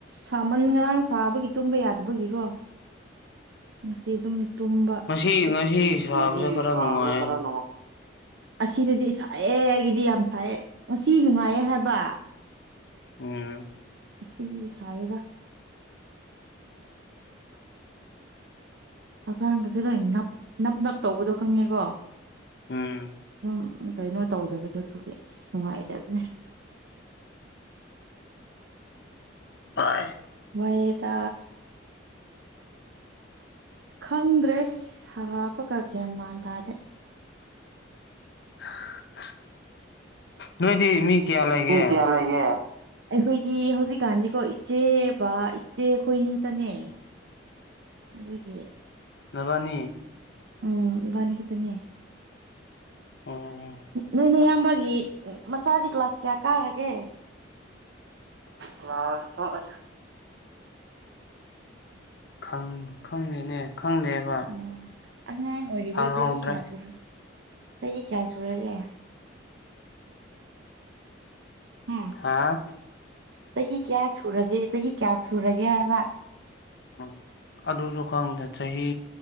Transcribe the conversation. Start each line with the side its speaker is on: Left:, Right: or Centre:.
Right: ꯁꯥꯃꯟ ꯉꯔꯥꯡ ꯁꯥꯕꯒꯤ ꯇꯨꯝꯕ ꯌꯥꯗꯕꯒꯤꯀꯣ
Left: <inaudible>
Right: ꯉꯁꯤ ꯑꯗꯨꯝ ꯇꯨꯝꯕ
Left: ꯉꯁꯤ ꯉꯁꯤ ꯁꯥꯕꯁꯦ
Right: ꯉꯁꯤ
Left: ꯈꯔ
Right: ꯁꯥꯕꯁꯦ
Left: ꯅꯨꯡꯉꯥꯏꯌꯦ
Right: ꯈꯔꯅꯣ ꯑꯁꯤꯗꯗꯤ ꯁꯥꯏꯑꯦ ꯑꯩꯒꯤꯗꯤ ꯌꯥꯝ ꯁꯥꯏꯑꯦ ꯉꯁꯤ ꯅꯨꯡꯉꯥꯏꯌꯦ ꯍꯥꯏꯕ
Left: ꯎꯝ
Right: ꯑꯁꯦꯡꯕꯗꯤ ꯁꯥꯏꯌꯦꯗ ꯍꯆꯥꯡꯒꯁꯦ ꯅꯣꯏ ꯅꯞ ꯅꯞ ꯅꯞ ꯇꯧꯕꯗꯣ ꯈꯪꯉꯦꯀꯣ
Left: ꯎꯝ
Right: ꯎꯝ ꯀꯩꯅꯣ ꯇꯧꯗꯕꯗꯣ ꯑꯗꯨꯒꯤ ꯑꯁ ꯅꯨꯡꯉꯥꯏꯇꯕꯅꯦ
Left: ꯑꯥꯏ
Right: ꯋꯥꯏꯌꯦꯗ ꯈꯪꯗ꯭ꯔꯦ ꯁꯥ ꯄꯒ ꯒ꯭ꯌꯥꯟ ꯃꯥꯟ ꯇꯥꯗꯦ
Left: <inaudible> ꯅꯣꯏꯗꯤ ꯃꯤ ꯀꯌꯥ ꯂꯩꯒꯦ
Right: ꯃꯤ ꯀꯌꯥꯂꯩꯒꯦ ꯑꯩꯈꯣꯏꯒꯤ ꯍꯧꯖꯤꯛꯀꯥꯟꯗꯤꯀꯣ ꯏꯆꯦ ꯕ ꯏꯆꯦ ꯑꯈꯣꯏꯅꯤ ꯈꯛꯇꯅꯦ ꯑꯗꯨꯒꯤ
Left: ꯅꯕꯅꯤ
Right: ꯎꯝ ꯏꯕꯥꯅꯤ ꯈꯠꯇꯅꯦ
Left: ꯑꯣ
Right: ꯅꯣꯏꯅꯦ ꯌꯥꯝ ꯕꯒꯤ ꯃꯆꯥꯗꯤ ꯀ꯭ꯂꯥꯁ ꯀꯌꯥ ꯀꯥꯒ꯭ꯔꯒꯦ ꯀ꯭ꯂꯥꯁ ꯇꯣ ꯑꯁ
Left: ꯈꯪ ꯈꯪꯗꯦꯅꯦ ꯈꯪꯗꯦꯕ
Right: ꯑꯣ ꯑꯉꯥꯡ ꯑꯣꯏꯔꯤꯕ꯭ꯔꯣ
Left: ꯍꯪꯍꯧꯗ꯭ꯔꯦ
Right: ꯆꯍꯤ ꯀꯌꯥ ꯁꯨꯔ ꯆꯍꯤ ꯀꯌꯥ ꯁꯨꯔꯒꯦ ꯍꯥ
Left: ꯍꯥꯥ
Right: ꯆꯍꯤ ꯀꯌꯥ ꯁꯨꯔꯒꯦ ꯆꯍꯤ ꯀꯌꯥ ꯁꯨꯔꯒꯦ ꯍꯥꯏꯕ
Left: ꯎ ꯑꯗꯨꯁꯨ ꯈꯪꯗꯦ ꯆꯍꯤ